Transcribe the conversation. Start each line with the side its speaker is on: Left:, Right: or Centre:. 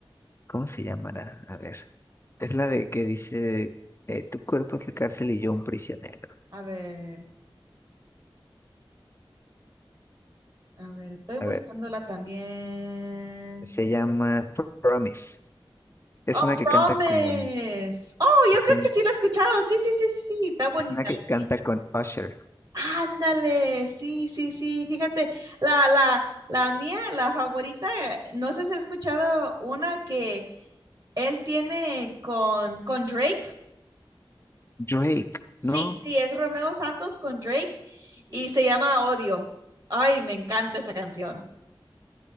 Left: ¿cómo se llamará? A ver, es la de que dice, eh, tu cuerpo es la cárcel y yo un prisionero.
Right: a ver, a ver, estoy buscándola
Left: A ver,
Right: también.
Left: se llama Promise. Es
Right: Oh,
Left: una que
Right: Promise.
Left: canta con,
Right: Oh,
Left: es
Right: yo creo
Left: una,
Right: que sí la he escuchado. Sí, sí, sí, sí, sí, está bonita,
Left: es una que canta
Right: sí.
Left: con Usher.
Right: Ándale, sí, sí, sí. Fíjate, la, la, la mía, la favorita, no sé si has escuchado una que él tiene con, con Drake.
Left: Drake,
Right: Sí,
Left: ¿no?
Right: sí, es Romeo Santos con Drake y se llama Odio. Ay, me encanta esa canción.